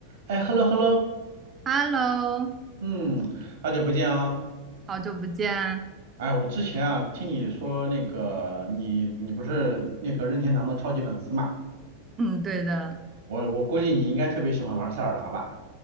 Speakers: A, on the right (about 65°); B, on the right (about 25°).
A: 哎，hello hello，
B: Hello，
A: 嗯，好久不见啊！
B: 好久不见。
A: 哎，我之前啊听你说那个你你不是那个任天堂的超级粉丝嘛？
B: 嗯，对的，
A: 我我估计你应该特别喜欢玩塞尔达吧